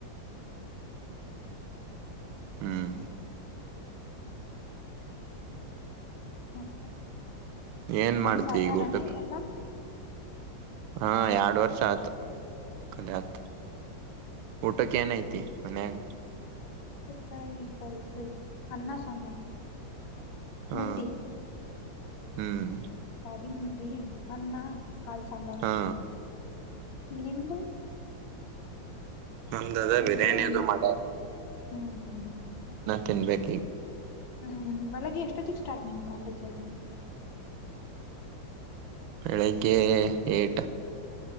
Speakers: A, on the left; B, on the right.
A: ಹೌದೇ ಮ್ಯಾಮ್
B: ಹ್ಮ್
A: ಮತ್ತ
B: ಏನ್
A: ಫ್ರೆಂಡ್ಸ್
B: ಮಾಡ್ತಿ
A: ಹಾಗಗ್ಯಾರನಾ
B: ಈಗ ಊಟಕ್
A: ಈಗೆಲ್ಲ
B: ಹಾ ಎರಡು ವರ್ಷ ಆಯತು ಕಲತ್ ಊಟಕ್ಕೆ ಏನ್ಐತಿ ಮನ್ಯಾಗ
A: ಊಟಕ್ಕ ಈಗ ಇದು ಐತೆ ಅನ್ನ ಸಾಂಬಾರ್
B: ಹಾ
A: ಮುದ್ದಿ
B: ಹ್ಮ್
A: ರಾಗಿ ಮುದ್ದಿ ಅಣ್ಣ ಕಲ್ ಸಾಂಬಾರ
B: ಹಾ
A: ನಿಮದುು
B: ನಮ ಅದ ಬಿರಿಯಾನಿದು
A: ಬಿರಿಯಾನಿ ಅದು
B: ಮಾಡಾರ
A: ಹ್ಮ್ ಹ್ಮ್ ಹ್ಮ್
B: ತಿನ್ಬೇಕು ಈಗ
A: ಹ್ಮ್ ಬೆಳಗ್ಗೆ ಎಷ್ಟೊತ್ತಿಗೆ ಸ್ಟಾರ್ಟ್ ನಿಮ್ ಕಾಲೇಜ
B: ಬೆಳಿಗ್ಗೆ ಇಗ್ಟ್